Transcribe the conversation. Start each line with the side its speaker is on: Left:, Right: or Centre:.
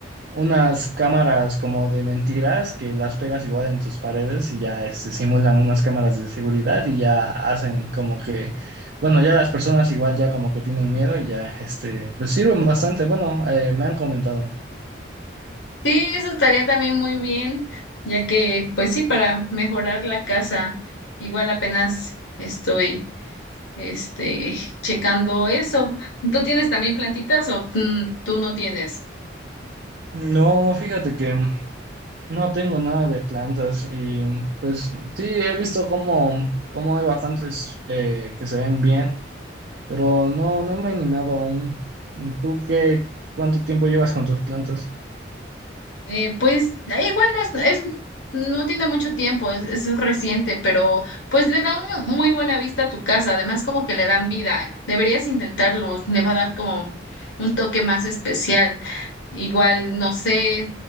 Right: unas cámaras como de mentiras que las pegas igual en tus paredes y ya este, simulan unas cámaras de seguridad y ya hacen como que, bueno, ya las personas igual ya como que tienen miedo y ya, este, pues sirven bastante. Bueno, eh, me han comentado.
Left: Sí, eso estaría también muy bien, ya que, pues sí, para mejorar la casa, igual apenas estoy. Este, checando eso. ¿Tú tienes también plantitas o mm, tú no tienes?
Right: No, fíjate que no tengo nada de plantas y pues sí, he visto como, como hay bastantes eh, que se ven bien, pero no, no me he animado aún. ¿Tú qué, cuánto tiempo llevas con tus plantas?
Left: Eh, pues eh, igual no es, es- no tiene mucho tiempo, es, es reciente, pero pues le da un- muy buena vista a tu casa, además como que le dan vida, deberías intentarlo, le va a dar como un toque más especial, igual, no sé,